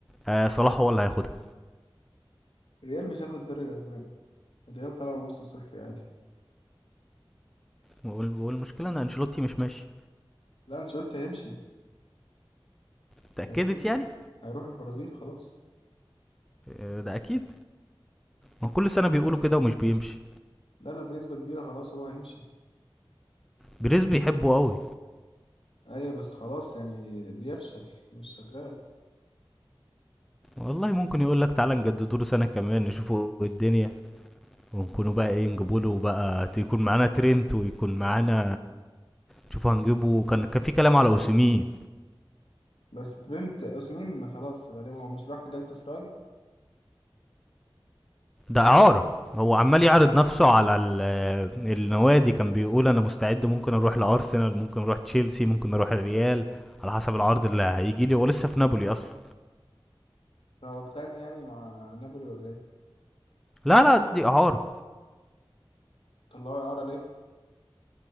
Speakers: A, in the centre; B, on the left.
A: آه صلاح هو اللي هياخدها
B: الريال مش هياخد الدوري الاسباني الريال طلع موسم صفر عادي
A: وال- والمشكلة إن أنشيلوتي مش ماشي
B: لا انشيلوتي هيمشي
A: اتأكدت
B: هيروح ال...
A: يعني؟
B: هيروح البرازيل خلاص
A: آه، ده أكيد ما كل سنة بيقولوا كده ومش بيمشي
B: لا لا بنسبة كبيرة خلاص هو هيمشي
A: جريز بيحبه قوي
B: ايوه بس خلاص يعني بيفشل مش شغال
A: والله ممكن يقول لك تعالى نجددوا له سنة كمان نشوفوا الدنيا ونكونوا بقى ايه نجيبوا له بقى ت- يكون معانا ترينت ويكون معانا شوفوا هنجيبه كان كان في كلام على اوسيمين
B: بس ترينت اوسيمين خلاص غالبا هو مش راح جالتا سراي
A: ده اعاره هو عمال يعرض نفسه على ال- النوادي كان بيقول انا مستعد ممكن اروح لارسنال ممكن اروح تشيلسي ممكن اروح الريال على حسب العرض اللي هيجي لي هو لسه في نابولي اصلا
B: فهو اتخانق يعني مع نابولي ولا ايه
A: لا لا دي اعاره
B: طلعوه اعارة ليه